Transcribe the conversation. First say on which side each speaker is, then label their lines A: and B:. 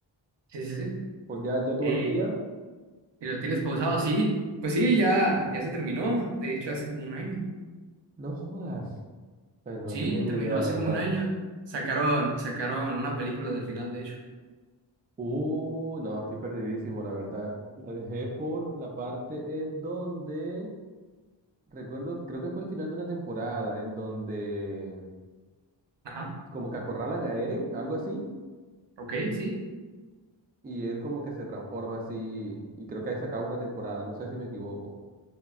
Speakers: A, on the right; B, on the right.
A: Sí, sí, sí.
B: Pues ya, ya tú
A: ¿Y,
B: vas al día.
A: y lo tienes pausado? Sí. Pues sí, ya, ya se terminó. De hecho,
B: Ya.
A: hace como un año.
B: No jodas. Pues no
A: Sí,
B: tenía ni
A: terminó
B: idea,
A: hace
B: la verdad.
A: como un año. Sacaron, sacaron una película del final, de hecho.
B: Uh, no, estoy perdidísimo, la verdad. La dejé por la parte en donde, recuerdo, creo que fue el final de una temporada, en donde
A: Ajá.
B: como que acorralan a Eren, algo así.
A: Ok, sí.
B: y él como que se transforma así y creo que ahí se acaba una temporada, no sé si me equivoco.